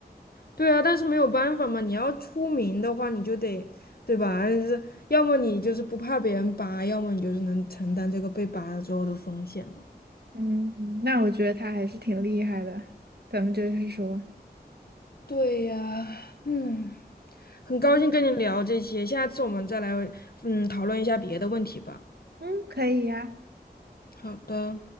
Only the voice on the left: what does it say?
对啊，但是没有办法嘛，你要出名的话，你就得对吧？是，要么你就是不怕别人扒，要么你就是能承担这个被扒了之后的风险嘛。
对呀，嗯，很高兴跟你聊这些，下次我们再来嗯讨论一下别的问题吧。
好的。